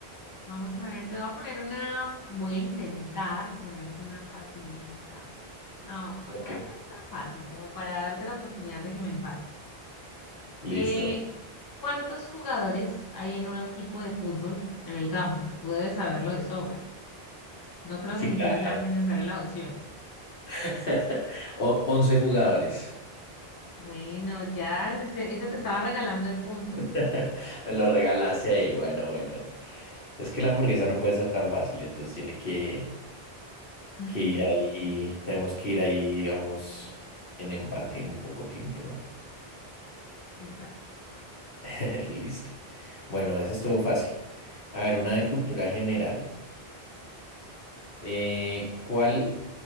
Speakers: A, on the left; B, on the left.
A: vamos a ver, te voy a poner una, voy a intentar ponerte una facilita. No, bu-
B: Ok,
A: voy a ponerte una fácil, como para darte la oportunidad de que me empates.
B: listo.
A: Eh, ¿cuántos jugadores hay en un equipo de fútbol en el campo? Tú debes saberlo de sobra. No creo
B: Sí,
A: que ni
B: claro.
A: siquiera sean necesarias las opciones.
B: <laughs> O- 11 jugadores.
A: Bueno, ya ese, ese te estaba regalando el punto.
B: <laughs> Me lo regalaste ahí. Bueno, bueno. Es que la hamburguesa no puede ser tan fácil, entonces tiene que,
A: <laughs>
B: que ir ahí. Tenemos que ir ahí, digamos, en empate en poco tiempo, ¿no?
A: Exacto.
B: <laughs> Listo. Bueno, esa estuvo fácil. A ver, una
A: Ok,
B: de cultura general. Eh, ¿cuál